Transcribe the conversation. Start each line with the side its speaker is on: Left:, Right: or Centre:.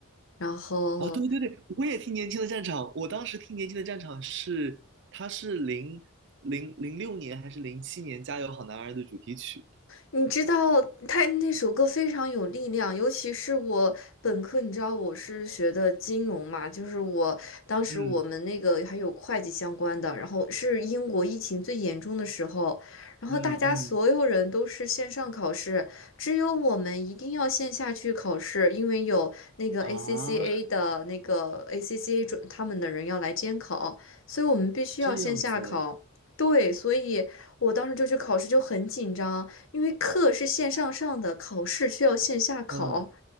Left: 然后
Right: 啊，对对对，我也听《年轻的战场》。我当时听《年轻的战场》是，他是零零零六年还是零七年《加油好男儿》的主题曲。
Left: 你知道他那首歌非常有力量，尤其是我本科，你知道我是学的金融嘛，就是我当时我们那个还有会计相关的，
Right: 嗯
Left: 然后是英国疫情最严重的时候，然后大家所有人都是线上考试，
Right: 嗯嗯
Left: 只有我们一定要线下去考试，因为有那个
Right: 啊，
Left: ACCA 的那个 ACCA 准他们的人要来监考，所以我们必须要线下考。
Right: 这样子，
Left: 对，所以我当时就去考试，就很紧张。因为课是线上上的，考试却要线下考，
Right: 嗯